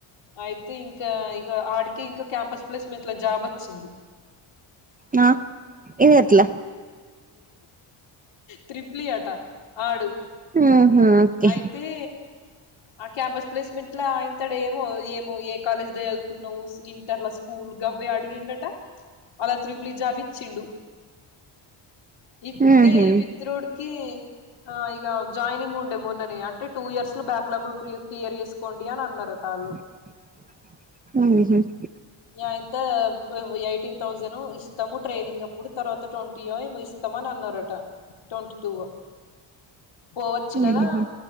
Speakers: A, on the left; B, on the right.
A: అయితే ఇంకా ఇగ ఆడికే ఇంకా క్యాంపస్ ప్లేస్ మెంట్లా జాబ్ వచ్చింది <inaudible>
B: ఆ ఇది ఎట్లా
A: త్రిప్లి ఆట ఆడు
B: ఆహా ఓకే
A: అయితే ఆ క్యాంపస్ ప్లేస్మెంట్ లో అయింతడేమో ఏమో ఏ కాలేజ్ లో చదువుకున్నావు ఇంటర్ల స్కూల్ గవ్వే అడిగిండట అలా త్రిబ్లి జాబ్ ఇచిండు ఇత్తే
B: ఉహు
A: ఈ బిత్తి రోడ్కి ఆ ఈ జాయినింగ్ ఉం ట్ మొన్ననే అంటే టూ ఇయర్స్ లో బ్యాక్లాగు్లు క్లియర్ చేసుకోండి అని అన్నారట వాళ్ళు
B: మ్ హు
A: ఏమంత ఎయిటీన్ థౌజండ్ ఇస్తాము ట్రైనింగ్ అప్పుడు తర్వాత ట్వంటీయొ ఏమో ఇస్ త్తమని అన్నారట ట్వంటీ టూ పోవచ్చు కదా
B: ఉహు